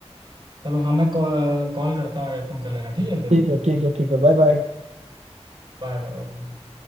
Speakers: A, on the right (about 45°); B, on the right (about 70°).
A: चलो हाँ मैं कॉल कॉल करता हूँ यार तुम कर लेना ठीक है फिर
B: ठीक है ठीक है ठीक है बाय बाय
A: Bye bye okay